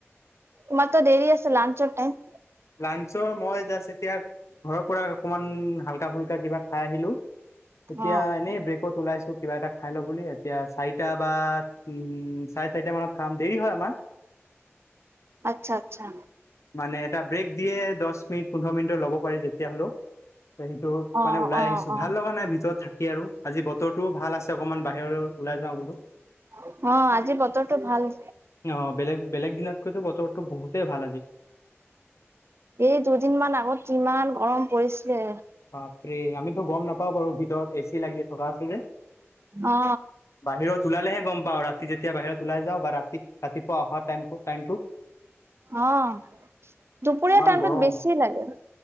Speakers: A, on the right; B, on the left.
A: তোমাৰতো দেৰি আছে লাঞ্চৰ টাইম?
B: লাঞ্চৰ মই জাষ্ট এতিয়া ঘৰৰ পৰা অকমান হাল্কা-ফুল্কা কিবা খাই আহিলোঁ, এতিয়া
A: অ
B: এনেই ব্ৰেক ত ওলাইছো কিবা এটা খাই লওঁ বুলি এতিয়া চাৰিটা বা উম, চাৰে চাৰিটা মানত খাম, দেৰি হয়, আমাৰ
A: আত্ছা আচ্ছা।
B: মানে এটা ব্ৰেক দিয়ে দহ মিনিট পোন্ধৰ মিনিটৰ ল'ব পাৰি তেতিয়া হ'লেও। সেইটো
A: অ
B: মানে ওলাই
A: অ
B: আহিছোঁ
A: অ
B: ভাল লগা নাই ভিতৰত থাকি আৰু। আজি বতৰটোও ভাল আছে অকণমান বাহিৰৰে ওলাই যাওঁ বোলো।
A: অ', আজি বতৰটো ভাল।
B: অ', বেলেগ বেলেগ দিনাতকৈতো বৰটো বহুতে ভাল আজি।
A: এই দুদিন মান আগত কিমান গৰম পৰিছিলে।
B: বাপৰে আমিতো গম নাপাও বাৰু ভিতৰত এ চি লাগি থকা আছিল যে।
A: অ
B: বাহিৰত ওলালেহে গ'ম পাওঁ ৰাতি যেতিয়া বাহিৰত ওলাই যাওঁ বা ৰাতি ৰাতিপুৱা অহা টাইম টাইমটোত।
A: অ', দুপৰীয়া
B: ইমান
A: টাইমটোত
B: গৰম
A: বেছি লাগে।